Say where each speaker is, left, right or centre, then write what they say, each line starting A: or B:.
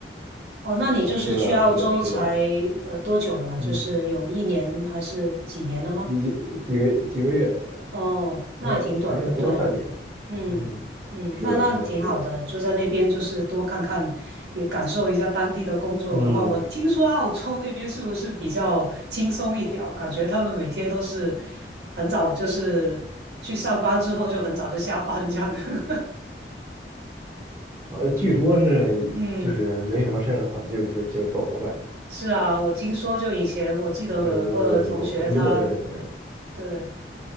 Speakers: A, on the right; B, on the right.
A: 哦，那你就是去澳洲才呃多久了？
B: 啊！是的，是的，是的，嗯，
A: 就是有一年还是几年了吗？
B: 几几几个几个月呃
A: 哦，
B: 没有，
A: 那还挺短的，
B: 才不到半年。
A: 对，嗯嗯，
B: 嗯，是的，
A: 那那挺好的，
B: 是的，是的。
A: 就在那边就是多看看，也感受一下当地的工作文化。
B: 嗯，
A: 我听说澳洲那边是不是比较轻松一点啊？我感觉他们每天都是很早，就是去上班之后就很早就下班这样。<laughs>
B: 呃，据说是就是没什么事儿的话，
A: 嗯，
B: 就就就走了吧，
A: 是啊，我听说就以前我记得我有个同学他，
B: 完成工作就走了。英国那边是什么样？
A: 对，